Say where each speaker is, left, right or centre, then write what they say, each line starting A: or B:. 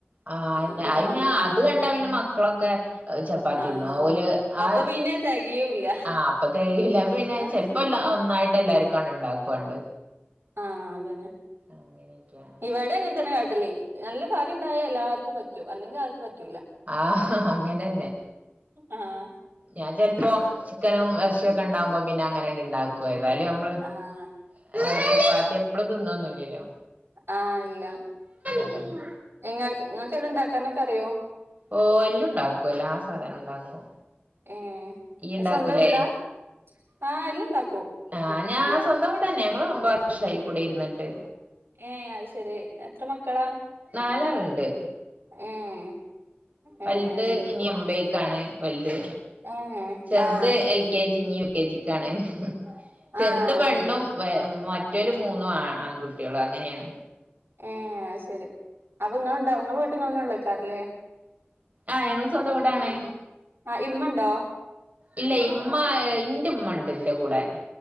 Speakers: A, on the right; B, on the right.
A: ആ
B: ഇതൊക്കെ
A: അയിന്
B: വേണല്ലോ
A: അത് കണ്ട
B: ഉം
A: പിന്നാ മക്കളൊക്കെ ചപ്പാത്തിന്നു
B: ആഹ്
A: ഓല്
B: അപ്പൊ
A: ആ
B: പിന്നെ തികയൂല്ല
A: ആ അപ്പ തെക്കയില പിന്നെ
B: ആഹ്
A: ചെലപ്പോ ഒന്നായിട്ട് എല്ലാർ ക്കോ ഉണ്ടാക്കുവാണ്ട്
B: അഹ് അതന്നെ
A: അങ്ങനെയൊക്കെയാണ്
B: ഇവിടെ എങ്ങനെ തന്നെ കാട്ടല് നല്ല കറിണ്ടായൽ എല്ലാർക്കും പറ്റൂ അല്ലെങ്കിൽ ആർക്കും പറ്റൂല്ല
A: ആഹ് അങ്ങനെന്നെ
B: അഹ്
A: ഞാൻ ചെലപ്പോ ചിക്കനും ഇറച്ചിയൊക്കെ ഉണ്ടാവുമ്പോ പിന്നെ അങ്ങനെണ്ട് ഇണ്ടാക്കു ഏതായാലും നമ്മള്
B: ആഹ്
A: ആ ചപ്പാത്തി എപ്പളു തിന്നന്നില്ലല്ലോ
B: ആഹ് ഇല്ല
A: അതന്നെ
B: ഇങ്ങ ഇങ്ങക്കെല്ലാ ഉണ്ടാക്കാനൊക്കെ അറിയോ
A: ഓ എല്ലു ണ്ടാക്കും എല്ലാ സാധനുണ്ടാക്കും
B: ഏഹ്
A: ഈയ്യ് ണ്ടാക്കൂല്ലേ.
B: സ്വന്തം വീടാ ആഹ് എല്ലു ണ്ടാക്കും
A: ആഹ് ഞാൻ സ്വന്തം വീടനെ തന്നെ ഞങ്ങൾ ഒമ്പത് വർഷയി കുടി ഇര്ന്ന്ട്ട്.
B: ഏഹ് അത് ശെരി എത്ര മക്കളാ?
A: നാലാളുണ്ട്
B: ഏഹ്
A: വൽത്
B: ഏഹ് അത് ശരി
A: ഇനി ഒംബയ്ക്കാണ് വൽത്
B: ഏഹ്
A: ചെർത്
B: ആഹ്
A: എൽ കെ ജി ഇഞ് യു കെ ജിക്കാണ് ചെർത്
B: ആഹ്
A: പെണ്ണും വെ മറ്റോലു മൂന്നും ആ ആൺകുട്ട്യാളാ അങ്ങനെണ്.
B: ഏഹ് അത് ശരി അപ്പൊ ഇങ്ങൾ ണ്ടാവും ഇങ്ങൾ വീട്ട്ങ്ങളെനെ ഒള്ളോകാരാ ലെ
A: ആഹ് ഞങ്ങൾ സ്വന്തം വീടാണ്.
B: അഹ് ഇമ്മണ്ടോ?
A: ഇല്ല ഇമ്മ ഇന്റെ മ്മണ്ട് ഇന്റെ കൂടെ